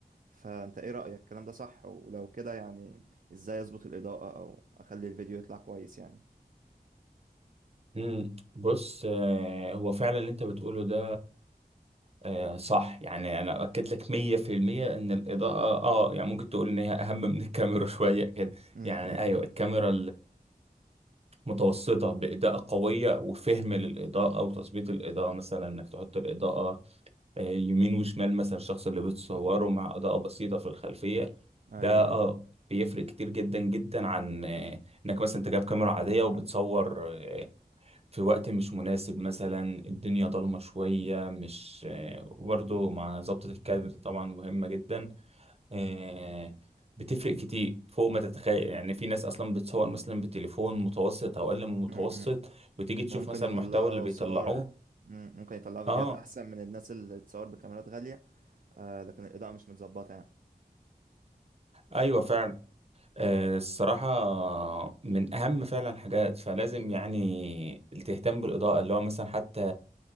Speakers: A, on the right; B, on the right.
A: فأنت إيه رأيك الكلام ده صح ولو كده يعني إزاي أظبط الإضاءة أو أخلي الفيديو يطلع كويس يعني
B: مم. بص آه، هو فعلا اللي انت بتقوله ده آه، صح يعني انا اؤكد لك 100% ان الاضاءة اه يعني ممكن تقول ان هي اهم من الكاميرا <laughs> شوية كده
A: امم
B: يعني ايوه الكاميرا متوسطة بإضاءة قوية وفهم للإضاءة وتظبيط الإضاءة مثلا إنك تحط الإضاءة آه، يمين وشمال مثلا الشخص اللي بتصوره مع إضاءة بسيطة في الخلفية
A: ايوه
B: ده آه
A: ايوه
B: بيفرق كتير جدا جدا عن آه، إنك مثلا أنت جايب كاميرا عادية وبتصور آه، في وقت مش مناسب مثلا الدنيا ضلمة شوية مش آه، وبرضه مع ظبطة الكادر طبعا مهمة جدا آه، بتفرق كتير فوق ما تتخيل يعني في ناس اصلا بتصور مثلا بتليفون متوسط او اقل من المتوسط
A: امم
B: وتيجي تشوف
A: ممكن
B: مثلا
A: يطلعوا
B: المحتوى اللي بيطلعوه
A: صور مم، ممكن يطلعوا فيديوهات
B: اه
A: احسن من الناس اللي تصور بكاميرات غالية آه لكن الإضاءة مش متظبطة يعني
B: ايوه فعلا آه الصراحة من اهم فعلا حاجات فلازم يعني تهتم بالاضاءة اللي هو مثلا حتى